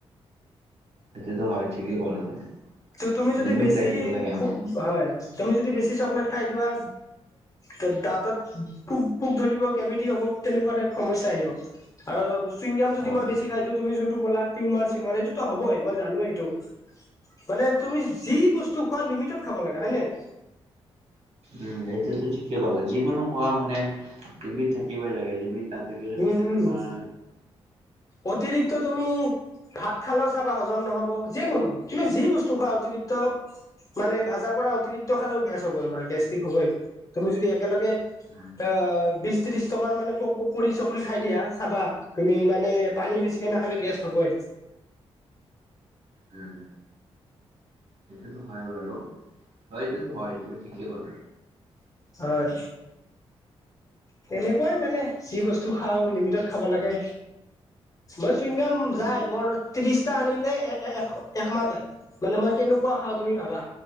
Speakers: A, on the right; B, on the left.
A: সেইটো তো হয় ঠিকেই ক'লা তুমি।
B: ত তুমি যদি
A: লিমিট
B: বেছি
A: ৰাখিব লাগে আমাৰ
B: হয় তুমি যদি বেছি চকলেট খাই লোৱা ত দাঁতত পোক পোক ধৰিব কেমিতি হব তেনেকুৱা টাইপ সমস্যা আহিব আৰু চুইংগাম যদি
A: অ
B: মই
A: মোৰ
B: বেছি খাই দিওঁ তুমি যোনটো কলা‌ তিউমাৰ চিউমাৰ এইটোতো হবই মই জানোৱেইটো মানে তুমি যি বস্তু খোৱা লিমিটত খাব লাগে হয় নে নাই
A: উম সেইটোতো ঠিকেই কলা যিকোনো কোৱা মানে লিমিট থাকিবই লাগে লিমিট এতা থাকিলে
B: উম
A: মানে
B: উম
A: তোমাৰ,
B: অতিৰিক্ত তুমি, ভাত খালেও চাবা হজম নহ'ব। যিকোনো তুমি যি বস্তু খোৱা অতিৰিক্ত, মানে ভাজা পৰা অতিৰিক্ত খালেও গেছ হ'ব তোমাৰ গেষ্টিক হব তুমি যদি একেলগে
A: উম,
B: অ বিশ ত্ৰিশ টকাৰ মানে প প পকৰি চকৰি খাই দিয়া চাবা তুমি মানে পানী বেছিকে নাখালে গেষ্ট হবই।
A: ওম। সেইটোতো হয় বাৰু হয় এইটোতো হয় তুমি ঠিকেই ক'লা।
B: হয় তেনেকুৱাই, মানে যি বস্তু খাওঁ লিমিটত। খাব লাগে মই চুইনগাম
A: উম,
B: যাই মোৰ। ত্ৰিশটা আনিলে এ এক একমাহ যায়। মানে মই কেনেকুৱা খাওঁ তুমি ভাবা।